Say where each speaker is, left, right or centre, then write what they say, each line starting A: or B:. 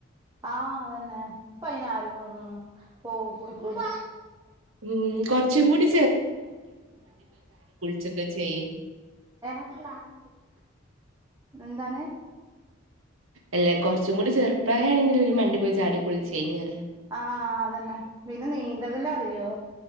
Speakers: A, on the right; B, on the right.
A: ആഹ അതന്നെ ഇപ്പ അയിന് ആരും ഉ പോവും കുടികൂല
B: ഉം കൊറച്ചും കൂടി ഇത് ഇപ്പ ചെയ്യ്
A: <unintelligible> എന്താണ്
B: അല്ല കുറച്ചും കൂടി ചെറുപ്രായ ആണെങ്കില് പിന്നി മണ്ടി പോയി ചാടി കൂൾച്ചേ നി അറിയ
A: ആഹ് അതന്നെ പിന്നെ നീന്തകല അറിയോ